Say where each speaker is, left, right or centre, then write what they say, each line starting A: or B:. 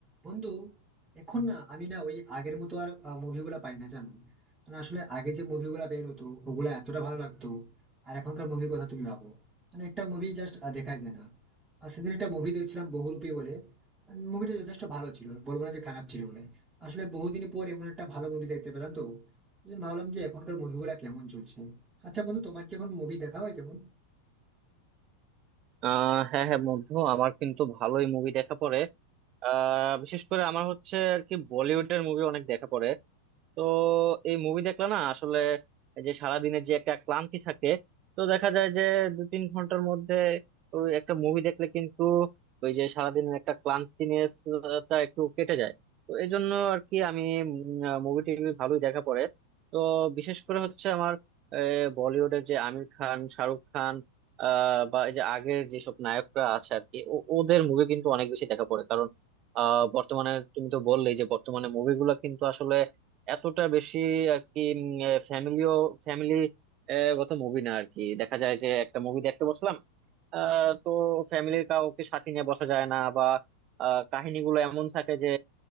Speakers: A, on the right; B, on the right.
A: বন্ধু এখন না আমি না ওই আগের মতো আর মুভিগুলা পাই না জানো মানে আসলে আগে যে মুভিগুলা বের হতো ওগুলা এতটা ভালো লাগতো আর এখনকার মুভির কথা তুমি ভাবো মানে একটা মুভি জাস্ট দেখাই যায় না আর সেদিন একটা মুভি দেখছিলাম বহুরূপী বলে মুভিটা যথেষ্ট ভালো ছিল বলবো না যে খারাপ ছিল বলে আসলে বহুদিন পর এমন একটা ভালো মুভি দেখতে পেলাম তো এই জন্য ভাবলাম যে এখনকার মুভিগুলা কেমন চলছে আচ্ছা বন্ধু তোমার কি এখন মুভি দেখা হয় তেমন
B: আহ হ্যাঁ হ্যাঁ বন্ধু আমার কিন্তু ভালোই মুভি দেখা পড়ে আহ বিশেষ করে আমার হচ্ছে আর কি বলিউডের মুভি অনেক দেখা পড়ে তো এই মুভি দেখলে না আসলে এই যে সারাদিনের যে একটা ক্লান্তি থাকে তো দেখা যায় যে দু তিন ঘন্টার মধ্যে ওই একটা মুভি দেখলে কিন্তু ওই যে সারাদিনের একটা ক্লান্তিনেস টা একটু কেটে যায় তো এই জন্য আর কি আমি মুভি টিভি ভালোই দেখা পড়ে তো বিশেষ করে হচ্ছে আমার আহ, বলিউডের যে আমির খান শাহরুখ খান আহ বা এই যে আগের যেসব নায়করা আছে আর কি ও- ওদের মুভি কিন্তু অনেক বেশি দেখা পড়ে কারণ আহ বর্তমানে তুমি তো বললেই যে বর্তমানে মুভিগুলো কিন্তু এতটা বেশি আর কি ফ্যামিলিও ফ্যামিলি গত মুভি না আর কি দেখা যায় যে একটা মুভি দেখতে বসলাম আহ, তো ফ্যামিলির কাউকে সাথে নিয়ে বসা যায় না বা আহ, কাহিনীগুলো এমন থাকে যে